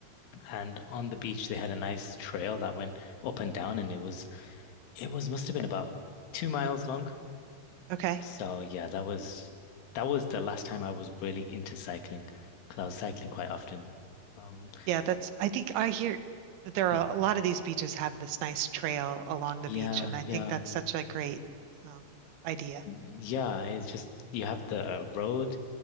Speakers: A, on the left; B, on the right.
A: and on the beach they had a nice trail that went up and down and it was it was must have been about two miles long.
B: Okay.
A: So yeah, that was that was the last time I was really into cycling because I was cycling quite often. Um
B: Yeah, that's, I think I hear that there
A: mhm.
B: are a lot of these beaches have this nice trail along the
A: yeah,
B: beach. And I think
A: yeah.
B: that's such a great um, idea.
A: Yeah, it's just you have the road